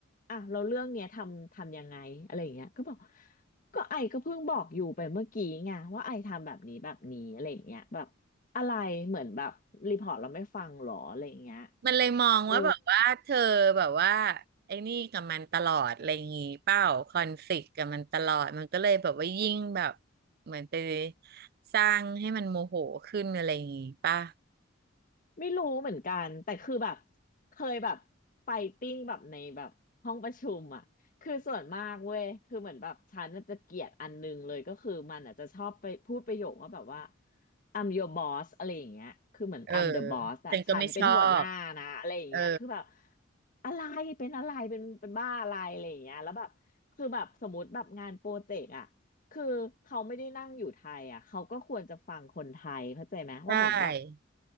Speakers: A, on the left (about 40°); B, on the right (about 50°).
A: อ่ะเราเรื่องเนี้ยทำทำยังไงอะไรอย่างเงี้ยก็บอกก็ไอก็เพิ่งบอกอยู่ไปเมื่อกี้ไงว่าไอทำแบบนี้แบบนี้อะไรอย่างเงี้ยแบบอะไรเหมือนแบบรีพอร์ตเราไม่ฟังหรออะไรอย่างเงี้ย
B: มันเลยมองว่าแบบว่าเธอแบบว่า
A: เออ
B: ไอ้นี่กับมันตลอดอะไรอย่างงี้เปล่าคอนฟลิกต์กับมันตลอดมันก็เลยแบบว่ายิ่งแบบเหมือนไปสร้างให้มันโมโหขึ้นอะไรอย่างงี้ป่ะ
A: ไม่รู้เหมือนกันแต่คือแบบเคยแบบไฟติ้งแบบในแบบห้องประชุมอ่ะคือส่วนมากเว้ยคือเหมือนแบบฉันน่ะจะเกลียดอันนึงเลยก็คือมันอาจจะชอบไปพูดประโยคว่าแบบว่า I'm your boss อะไรอย่างเงี้ยคือเหมือน
B: เออ
A: I'm the boss อะฉันเป็นหัวหน้านะอะไรอย่างเงี้ยคือแบบ
B: ฉันก็ไม่ชอบเออ
A: อะไรเป็นอะไรเป็นเป็นบ้าอะไรอะไรอย่างเงี้ยแล้วแบบคือแบบสมมติแบบงานโปรเจกต์อะ คือเขาไม่ได้นั่งอยู่ไทยอ่ะเขาก็ควรจะฟังคนไทยเข้าใจไหมว่าเหมือนแบบ
B: ใช่